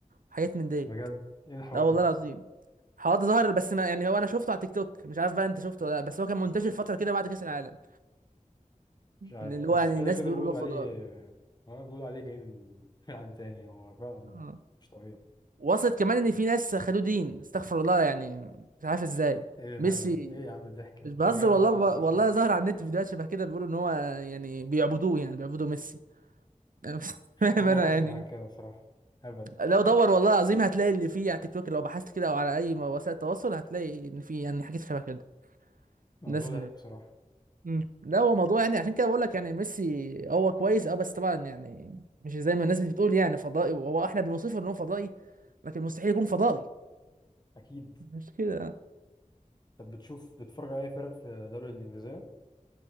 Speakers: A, on the right; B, on the left.
A: وحاجات من ديت
B: بجد ايه الحوار
A: لا والله
B: ده
A: العظيم حواد ظهر بس ما يعني هو انا شفته على تيك توك مش عارف بقى انت شفته ولا لا بس هو كان منتشر فتره كده بعد كاس العالم
B: مش عارف
A: اللي هو
B: بس
A: يعني
B: كده
A: الناس
B: كده
A: بيقولوا
B: بيقولوا
A: له فضائي
B: عليه اه بيقولوا عليه جاي من <laughs> من عالم تاني هو فعلا
A: اه
B: مش طبيعي
A: وصلت كمان ان في ناس خدوه دين استغفر الله يعني مش عارف ازاي
B: ايه
A: ميسي
B: الهبل ايه يا عم الضحك
A: مش
B: ده
A: بهزر
B: بجد
A: والله
B: اول مرة اسمع
A: ب... والله
B: الحوار ده
A: ظهر على النت فيديوهات شبه كده بيقولوا ان هو يعني بيعبدوه يعني بيعبدوا ميسي <laughs> أنا مش فاهم
B: اول
A: انا
B: مرة اسمع
A: يعني
B: حاجة كده بصراحة هبل
A: لو
B: <laughs>
A: دور والله العظيم هتلاقي اللي فيه على تيك توك لو بحثت كده او على اي وسائل تواصل هتلاقي ان في يعني حاجات شبه كده
B: موضوع
A: الناس
B: ضحك بصراحة
A: مم. لا هو موضوع يعني عشان كده بقول لك يعني ميسي هو كويس اه بس طبعا يعني مش زي ما الناس بتقول يعني فضائي وهو احنا بنوصفه ان هو فضائي لكن مستحيل يكون فضائي
B: اكيد
A: <laughs> مش كده
B: طب بتشوف بتتفرج على اي فرق في الدوري الانجليزية